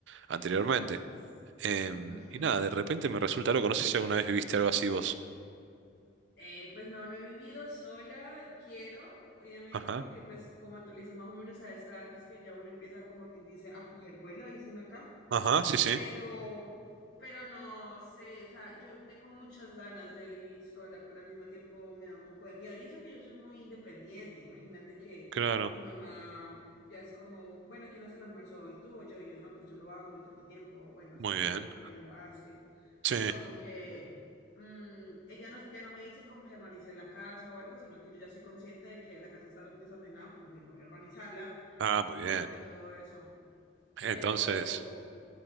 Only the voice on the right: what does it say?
anteriormente.
Em,
y nada, de repente me resulta loco. No sé si alguna vez viviste algo así vos.
Ajá.
Ajá, sí, sí,
claro.
Muy
bien.
Sí.
Ah, muy bien.
Entonces,